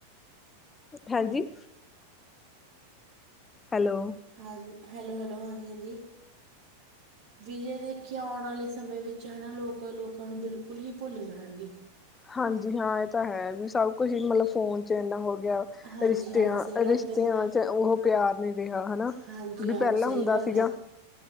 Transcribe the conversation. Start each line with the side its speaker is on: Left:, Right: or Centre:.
Left: ਹਾਂਜੀ? ਹੈਲੋ?
Right: ਹਾਂਜੀ, ਹੈਲੋ-ਹੈਲੋ, ਹਾਂਜੀ-ਹਾਂਜੀ। ਵੀ ਜੇ ਦੇਖੀਏ ਆਉਣ ਆਲੇ ਸਮੇਂ ਵਿੱਚ ਹਨਾ ਲੋਕ ਲੋਕਾਂ ਨੂੰ ਬਿਲਕੁਲ ਹੀ ਭੁੱਲ ਜਾਣਗੇ।
Left: ਹਾਂਜੀ ਹਾਂ ਏਹ ਤਾਂ ਹੈ, ਵੀ ਸਭ ਕੁਛ ਹੀ ਮਲਬ ਫੋਨ ਚ ਐਨਾ ਹੋ ਗਿਆ।
Right: ਹਾਂਜੀ
Left: ਰਿਸ਼ਤਿਆਂ,
Right: ਹਾਂ ਸਹੀ ਗੱਲ
Left: ਰਿਸ਼ਤਿਆਂ
Right: ਦੇਖੋ
Left: ਚ ਉਹ ਪਿਆਰ ਨੀ ਰਿਹਾ ਹਨਾ,
Right: ਹਾਂਜੀ
Left: ਵੀ
Right: ਹਾਂ
Left: ਪਹਿਲਾਂ
Right: ਸਹੀ
Left: ਹੁੰਦਾ
Right: ਗੱਲ
Left: ਸੀਗਾ।
Right: ਹੈ